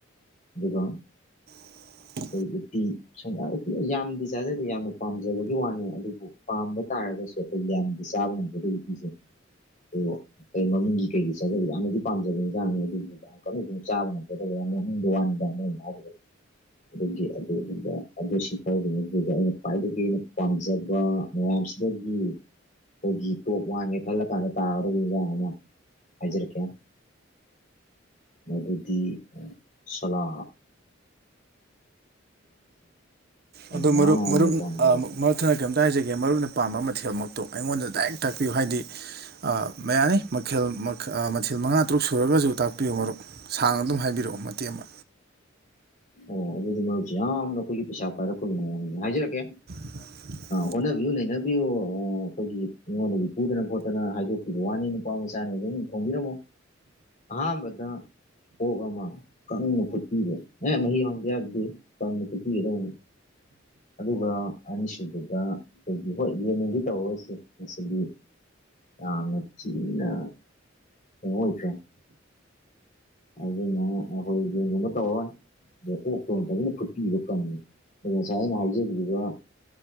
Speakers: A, on the left; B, on the right.
A: ꯑꯗꯨꯒꯕ
B: <unintelligible> <inaudible>
A: ꯑꯩꯈꯣꯏ ꯎꯇꯤ ꯁꯨꯡ ꯎꯇꯤ ꯌꯥꯝꯗꯤ ꯆꯥꯖꯗꯦ ꯌꯥꯝꯅ ꯄꯥꯝꯖꯕꯒꯤ ꯋꯥꯅꯦ ꯑꯗꯨꯕꯨ ꯄꯥꯝꯕ ꯇꯥꯔꯒꯗꯤ ꯑꯩ ꯌꯥꯗꯤ ꯆꯥꯕꯗꯁꯦ ꯑꯗꯨ ꯑꯩ ꯃꯃꯤꯡꯒꯤ ꯀꯩꯒꯤ ꯆꯗꯗ ꯌꯥꯝꯅꯗꯤ ꯄꯥꯝꯖꯕ ꯏꯟꯖꯥꯡꯅꯤ ꯑꯗꯨꯕꯨ ꯀꯟꯅ ꯆꯥꯕ ꯉꯝꯒꯗꯕ ꯌꯥꯝ ꯋꯥꯟꯗ <inaudible> ꯑꯗꯨꯒꯤ ꯑꯗꯨꯒꯨꯝꯕ ꯑꯗꯨ ꯁꯤ ꯐꯥꯎꯒꯤꯅꯤ ꯑꯗꯨꯗ ꯑꯩꯅ ꯈ꯭ꯋꯥꯏꯗꯒꯤ ꯑꯩꯅ ꯄꯥꯝꯖꯕ ꯔꯝꯁꯤꯗꯦꯕ <inaudible> ꯑꯩꯈꯣꯏꯒꯤ ꯇꯣꯞ ꯋꯥꯟꯒꯦ ꯈꯜꯂ ꯀꯥꯟꯗ ꯇꯥꯒꯗꯕ ꯏꯖꯥꯡ ꯑꯃ ꯍꯥꯏꯖꯔꯛꯀꯦ ꯃꯗꯨꯗꯤ ꯁꯂ ꯑꯩꯅ
B: ꯑꯗꯣ ꯃꯔꯨꯞ
A: ꯌꯥꯝꯅ
B: ꯃꯔꯨꯞ
A: ꯄꯥꯝꯖꯔꯤ
B: ꯃꯔꯨꯞ ꯊꯅ ꯀꯔꯤꯝꯇ ꯍꯥꯏꯖꯒꯦ ꯃꯔꯨꯞꯅ ꯄꯥꯝꯕ ꯃꯊꯦꯜ ꯑꯃꯛꯇ ꯑꯩꯉꯣꯟꯗ ꯗꯥꯏꯔꯦꯛ ꯇꯥꯛꯄꯤꯌꯨ ꯍꯥꯏꯗꯤ ꯃ ꯌꯥꯅꯤ ꯃꯈꯦꯜ ꯃꯊꯦꯜ ꯃꯉꯥ ꯇꯔꯨꯛ ꯁꯨꯔꯒꯁꯨ ꯇꯥꯛ ꯄꯤꯌꯨ ꯃꯔꯨꯞ ꯁꯥꯡꯅ ꯑꯗꯨꯝ ꯍꯥꯏꯕꯤꯔꯛꯑꯣ ꯃꯇꯦꯛ ꯑꯃ
A: ꯑꯣ ꯑꯗꯨꯗꯤ ꯃꯔꯨꯁꯤꯦ ꯑ ꯑ ꯑꯩꯈꯣꯏꯒꯤ ꯄꯩꯁꯥ ꯄꯥꯏꯔꯛꯄꯈꯣꯏꯒꯤ ꯃꯅꯦ ꯍꯥꯏꯖꯔꯛꯀꯦ
B: <unintelligible> <inaudible>
A: ꯍꯣꯠꯅꯕꯤꯌꯨ ꯅꯩꯅꯕꯤꯌꯨ ꯑꯩꯈꯣꯏꯒꯤ ꯃꯤꯉꯣꯟꯗꯒꯤ ꯄꯨꯗꯅ ꯈꯣꯠꯇꯅ ꯍꯥꯏꯗꯣꯛꯈꯤꯕ ꯋꯥꯅꯤ ꯅꯨꯄꯥ ꯃꯆꯥꯅꯤ ꯊꯣꯡꯕꯤꯔꯃꯣ ꯑꯍꯥꯟꯕꯗ ꯑꯣꯛ ꯑꯃ ꯀꯪꯅ ꯐꯨꯠꯄꯤꯔꯦ ꯑꯦ ꯃꯍ ꯍꯗ ꯌꯥꯗꯤꯦꯅ ꯄꯤꯗꯅꯦ ꯑꯗꯨꯒ ꯑꯅꯤꯁꯨꯕꯗ ꯑꯩꯈꯣꯏꯒꯤ ꯍꯣꯏ ꯌꯦꯡꯅꯤꯡꯒꯤ ꯇꯧꯔꯁꯦ ꯃꯁꯤꯗꯤ ꯀꯥꯅ ꯆꯤꯅ ꯍꯣꯡꯣꯏꯁꯦ ꯑꯗꯨꯅ ꯑꯩꯈꯣꯏ ꯌꯦꯡꯒꯨꯝꯕ ꯇꯧꯔꯏ ꯑꯗꯣ ꯀꯣꯛꯇꯅ ꯐꯖꯅ ꯐꯠꯄꯤꯕ ꯀꯪꯉꯤ ꯑꯗꯣ ꯉꯁꯥꯏ ꯑꯩꯅ ꯍꯧꯖꯈꯤꯕꯗ